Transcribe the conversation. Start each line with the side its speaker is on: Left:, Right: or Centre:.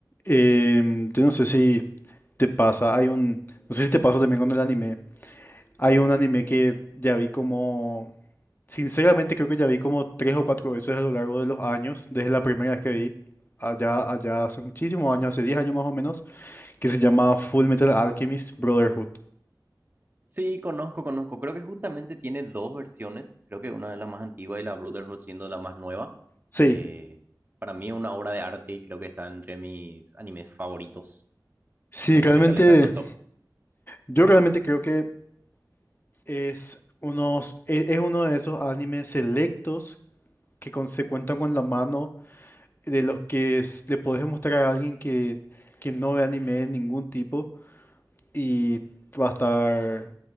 Left: Em, yo no sé si te pasa, hay un, no sé si te pasa también con el anime. Hay un anime que ya vi como, sinceramente creo que ya vi como tres o cuatro veces a lo largo de los años, desde la primera vez que vi, allá, allá hace muchísimos años, hace 10 años más o menos, que se llama Full Metal Alchemist Brotherhood.
Right: Sí, conozco, conozco. Creo que justamente tiene dos versiones. Creo que una es la más antigua y la Brotherhood siendo la más nueva.
Left: Sí,
Right: Eh, para mí es una obra de arte. Creo que está entre mis animes favoritos.
Left: sí,
Right: No sé
Left: realmente,
Right: qué tal está en tu top.
Left: yo realmente creo que es unos, e- es uno de esos animes selectos que con- se cuentan con la mano de los que s- le podés mostrar a alguien que, que no ve anime de ningún tipo y va a estar...